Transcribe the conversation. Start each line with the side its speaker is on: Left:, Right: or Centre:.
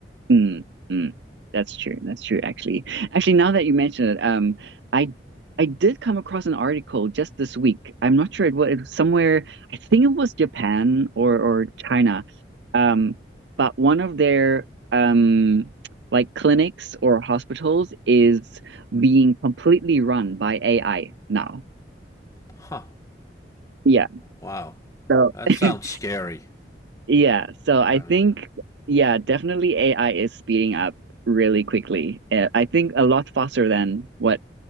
Right: Mm, mm. That's true. That's true, actually. Actually, now that you mention it, um, I I did come across an article just this week. I'm not sure it was, it was somewhere, I think it was Japan or or China. Um, but one of their um like clinics or hospitals is being completely run by AI now.
Left: Huh,
Right: Yeah.
Left: wow.
Right: So
Left: That
Right: <laughs>
Left: sounds scary.
Right: Yeah, so I
Left: I mean,
Right: think, yeah, definitely AI is speeding up really quickly. Uh, I think a lot faster than what